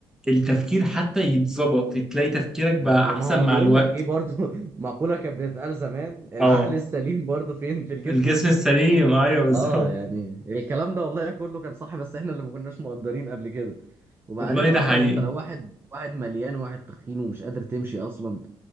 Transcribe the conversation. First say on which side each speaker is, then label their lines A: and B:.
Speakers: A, in the centre; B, on the right.
A: التفكير حتى يتظبط تلاقي تفكيرك بقى
B: بس يعني
A: احسن
B: ما هو
A: مع
B: بيقول
A: الوقت
B: لك ايه برضو <laughs> مقولة كانت بتتقال زمان العقل
A: اه
B: السليم برضو فين في الجسم
A: الجسم
B: السليم
A: السليم ايوه بالظبط
B: اه يعني الكلام ده والله كله كان صح بس احنا اللي ما كناش مقدرين قبل كده وبعدين
A: والله ده
B: اصلا
A: حقيقي
B: انت لو واحد واحد مليان وواحد تخين ومش قادر تمشي اصلا